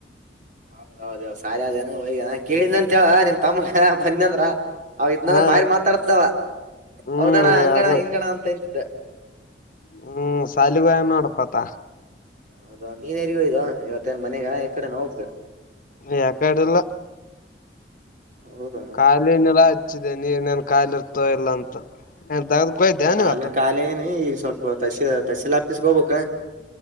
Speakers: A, on the right; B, on the left.
A: ಹೌದೌದು ಇವತುಸಾಲಿ ಅದನ್ನುಆದನ ಹೋಗಗ ಕೇಳಿನಂತವ ನಿಮ್ ತಮ್ಮ ಬಂದಂದ್ರ ಅವ ಇದ್ನಂದ್ರ
B: ಹಾ
A: ಬಾರಿ ಮಾತಾಡ್ತಿದವ
B: ಹ್ಮ್
A: ಹೌದಣ್ಣ
B: ಎಲ್ಲ
A: ಹಂಗಣ ಹಿಂಗಣ ಅಂತ ಎಂತಿದ್ದ
B: ಹ್ಮ್ ಸಾಲಿಗೆ ಹೋಗ್ಯಾನ ಆತ
A: ಹೌದಾ ನೀನು ಎಲ್ಲಿಗೆ ಹೋಗಿದ್ದು ಇವತ್ತೇಏನ್ ಮನೆಗ ಈ ಕಡೆನ ಹೋಗ್ಬೇಕಾ
B: ಯಕಾಡೆಲ್ಲ
A: ಹೌದಾ
B: ಖಾಲಿನೆಲ
A: ಹ್ಮ್
B: ಹಚ್ಚಿದೆ ನೀರಿನೇನ್ ಖಾಲಿ ಇರ್ತೋ ಇಲ್ಲ ಅಂತ ಏನ್ ತಗದಕೋ
A: ಇಲ್ಲ
B: ಇದ್ದ್ಯಾನ್
A: ನಾನು
B: ಇವತ್ತ
A: ಕಖಾಲಿ ನಿ ಈಗ ಸ್ವಲ್ಪ ತಶ ತಶೀಲ್ ಆಪಿಸಕೋಬೇಕ